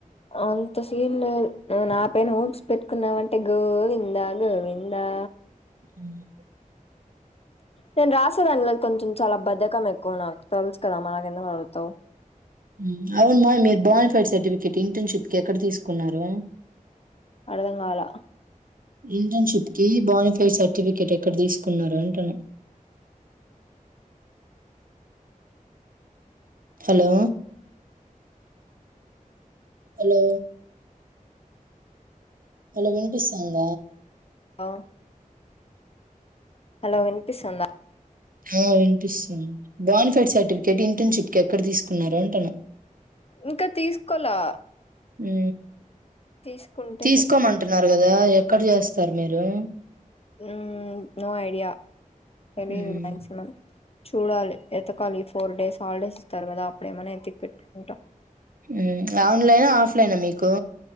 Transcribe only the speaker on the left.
అంత సీన్ లేద్ నేనా పైన హోప్స్ పెట్టుకున్నావంటే గోవింద గోవిందా
నేను రాసేదానిలో కొంచెం చాలా బధకం ఎక్కువ నాకు తెలుసు కదా మనకెందుకు అరుత్తావ్
అర్ధంగాల
ఆ హలో వినిపిస్తుందా
ఇంకా తీసుకోలా
తీసుకుంటే
చెప్తా
మ్మ్ నో ఐడియా తెలీదు
మాక్సిమం చూడాలి ఎతకాలి ఈ ఫోర్ డేస్ హాలిడేస్ తర్వాత అప్పుడేమనా ఎతికి పెట్టుకుంటా